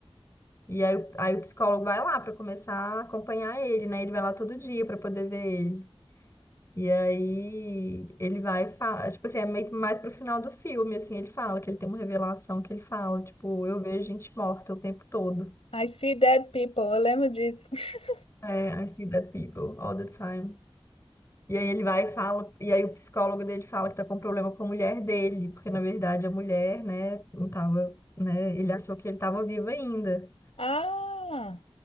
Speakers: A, on the left; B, on the left.
A: E aí, o- aí o psicólogo vai lá para começar a acompanhar ele, né? Ele vai lá todo dia para poder ver ele. E aí ele vai e tipo assim, é meio que mais pro final do filme, assim, ele fala que ele tem uma revelação que ele fala, tipo, eu vejo gente morta o tempo todo.
B: I see dead people. Eu lembro disso. <laughs>
A: É, I see dead people all the time. E aí ele vai e fala, e aí o psicólogo dele fala que tá com problema com a mulher dele, porque na verdade a mulher, né, não tava, né, ele achou que ele tava vivo ainda.
B: Ah!